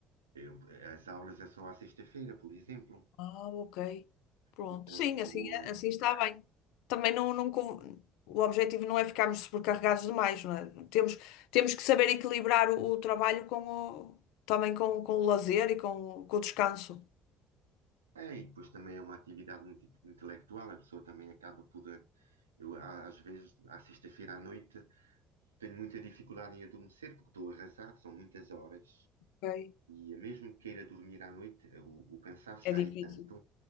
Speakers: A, on the right (about 80°); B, on the left (about 65°).
A: eu- as aulas é só à sexta-feira, por exemplo.
B: Ah, ok. Pronto.
A: Portanto,
B: Sim, assim, é-
A: eh,
B: assim está bem. Também não, não, con- o objetivo não é ficarmos sobrecarregados demais, não é? Temos, temos que saber equilibrar o, o trabalho com o, também com, com o lazer e com, o- com o descanso.
A: É, e depois também é uma atividade muito inte- intelectual, a pessoa também acaba por. eh, Eu, a- às vezes, à sexta-feira à noite, tenho muita dificuldade em adormecer porque estou arrasado, são muitas horas.
B: Ok.
A: E eh, mesmo que queira dormir à noite, eh, o, o cansaço
B: É
A: já
B: difícil.
A: é tanto